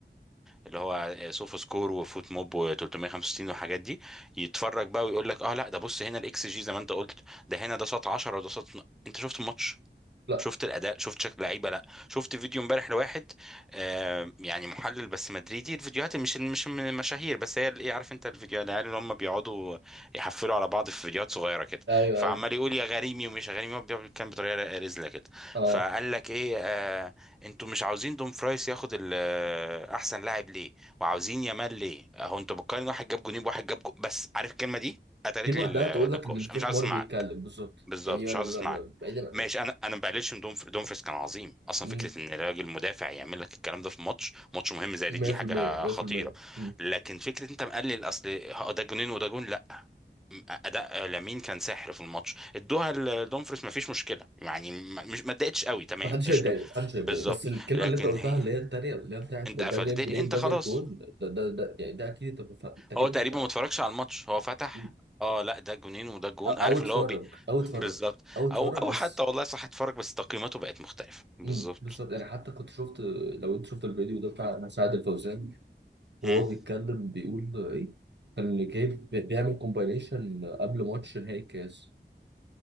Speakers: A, in the centre; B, on the right.
A: اللي هو آه، سوفا سكور وفوت موب و365 والحاجات دي يتفرج بقى ويقول لك اه لا ده بص هنا الاكس جي زي ما انت قلت ده هنا ده شاط 10 وده شاط انت شفت الماتش
B: لا
A: شفت الاداء شفت شكل لعيبه لا شفت فيديو امبارح لواحد آه يعني محلل بس مدريدي الفيديوهات مش مش من المشاهير بس هي ايه عارف انت الفيديو العيال اللي هم بيقعدوا يحفلوا على بعض في فيديوهات صغيره كده
B: ايوه
A: فعمال
B: ايوه
A: يقول يا غريمي ومش يا غريمي هو بيقعد يتكلم بطريقه رزله كده
B: اه
A: فقال لك ايه آه انتوا مش عاوزين دوم فرايس ياخد ال- آه، احسن لاعب ليه وعاوزين يامال ليه اهو انتوا بتقارن واحد جاب جونين بواحد جاب جو... بس عارف الكلمه دي قتلت
B: دي لوحدها
A: لي النقاش
B: تقول لك ان في
A: انا مش
B: حمار
A: عايز اسمعك
B: بيتكلم بالظبط
A: بالظبط
B: يعني
A: مش
B: انا
A: عاوز
B: ب-
A: اسمعك
B: ب- بعيدا عن
A: ماشي انا انا ما بقللش من دومف... دومفريس كان عظيم اصلا
B: مم.
A: فكره ان راجل مدافع يعمل لك الكلام ده في ماتش ماتش مهم زي
B: 100%
A: دي دي حاجه
B: 100%
A: خطيره
B: مم.
A: لكن فكره انت مقلل اصل ه- ده جونين وده جون لا اداء لامين كان سحر في الماتش ادوها لدومفريس ما فيش مشكله يعني ما- مش ما اتضايقتش قوي تمام
B: محدش
A: قشطه
B: هيتضايق محدش هيتضايق
A: بالظبط
B: بس الكلمه
A: لكن
B: اللي انت قلتها
A: هي
B: اللي هي التانيه اللي هي بتاعت
A: انت
B: ده
A: قفلت
B: جايب
A: لي
B: جولين
A: انت
B: ده
A: خلاص
B: جايب جول ده ده ده يعني ده اكيد انت بتفهم انت اكيد
A: هو تقريبا
B: انت
A: ما اتفرجش على الماتش هو فتح
B: مم.
A: اه لا ده جونين وده جون
B: او أو
A: عارف
B: اتفرج
A: اللي هو بي
B: او اتفرج
A: <laughs> بالظبط
B: او اتفرج
A: او او
B: بس
A: حتى والله صح اتفرج بس تقييماته بقت مختلفة بالظبط
B: مم. بالظبط يعني حتى كنت شفت لو انت شفت الفيديو ده بتاع سعد الفوزان وهو
A: امم
B: بيتكلم بيقول ايه كان اللي جايب بيعمل كومباينيشن قبل ماتش نهائي الكاس